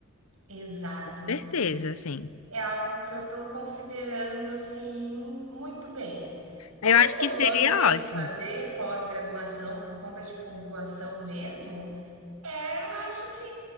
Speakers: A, on the right; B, on the left.
A: Exato.
B: certeza, sim.
A: É algo que eu estou considerando assim muito bem.
B: Eu
A: Como
B: acho
A: todo
B: que seria
A: ano eu tenho
B: ótimo.
A: que fazer pós-graduação por conta de pontuação mesmo, é, eu acho que